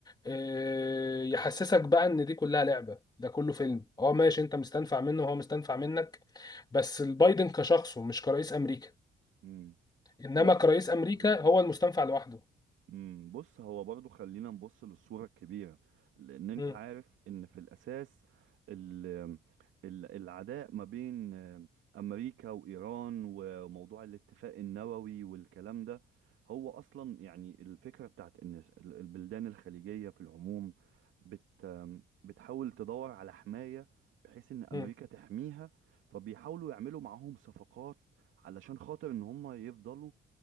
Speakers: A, on the left; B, on the right.
A: آه، يحسسك بقى ان دي كلها لعبه ده كله فيلم اه ماشي انت مستنفع منه وهو مستنفع منك بس البايدن كشخصه مش كرئيس امريكا
B: أمم.
A: انما
B: بص
A: كرئيس امريكا
B: آه،
A: هو المستنفع
B: أمم.
A: لوحده
B: امم بص هو برضو خلينا نبص للصورة الكبيرة لأن أنت
A: مم.
B: عارف إن في الأساس ال ال العداء ما بين آه، أمريكا وإيران وموضوع الاتفاق النووي والكلام ده هو أصلا يعني الفكرة بتاعت إن ال- البلدان الخليجية في العموم بت آم، بتحاول تدور على حماية بحيث إن أمريكا
A: مم.
B: تحميها فبيحاولوا يعملوا معاهم صفقات علشان خاطر إن هم يفضلوا